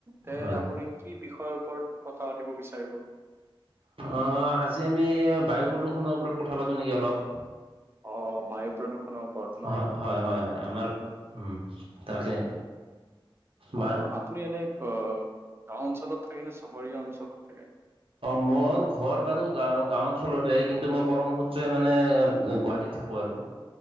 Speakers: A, on the right; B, on the right.
A: তে
B: হয়
A: আপুনি
B: হয়
A: কি বিষয়ৰ ওপৰত কথা পাতিব বিচাৰিব?
B: অ আজি আমি বায়ু প্ৰদূষণৰ ওপৰত কথা পাতো নেকি অলপ।
A: অ বায়ু প্ৰদূষণৰ ওপৰত ন
B: হয় হয় হয় হয় আমাৰ উম তাকে। বা
A: অ আপুনি এনে অ গাওঁ অঞ্চলত থাকে নে চহৰীয়া অঞ্চলত থাকে?
B: মোৰ ঘৰ বাৰু গাঁও গাঁও অঞ্চলতে, কিন্তু মই কৰ্মসূত্ৰে মানে গুৱাহাটীত থাকোঁ আৰু